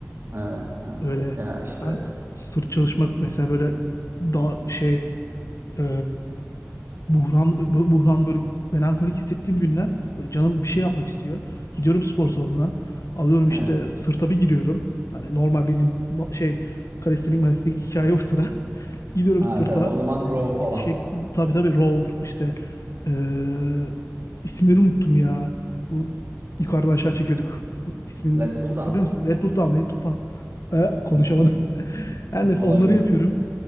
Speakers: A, on the right; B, on the left.
A: Evet. ha.
B: Öyle
A: Ya işte
B: ben sırt çalışmak mesela böyle daha şey e, buhranlı bu- buhranlı böyle melankolik hissettiğim günler böyle canım bir şey yapmak istiyor. Gidiyorum spor salonuna. Alıyorum işte
A: evet.
B: sırta bir giriyorum. Hani normal bildiğim ma- şey kalestenik malestenik hikaye yok sıra. <laughs> Gidiyorum
A: Ha,
B: sırta.
A: tabii. O zaman row falan.
B: Şey, tabii tabii row işte eee isimleri unuttum ya. Bu yukarıdan aşağı çekiyorduk. İsmin
A: Let pull
B: hatırlıyor
A: down.
B: musun? Deadpool Down, Deadpool Down. Ee, konuşamadım.
A: Hı hı.
B: <laughs>
A: Hı hı.
B: Her neyse
A: Olabilir.
B: onları yapıyorum.